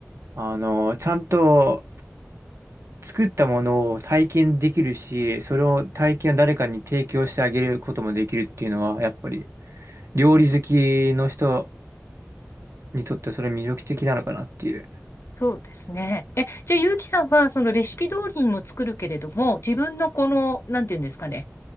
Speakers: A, on the right; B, on the left.
A: う。あの、ちゃんと作ったものを体験できるし、それを体験を誰かに提供してあげることもできるっていうのは、やっぱり料理好きの人にとってそれ魅力的なのかなっていう。
B: そうですね。え、じゃあ、ゆうきさんは、そのレシピ通りにも作るけれども、自分のこの、なんていうんですかね、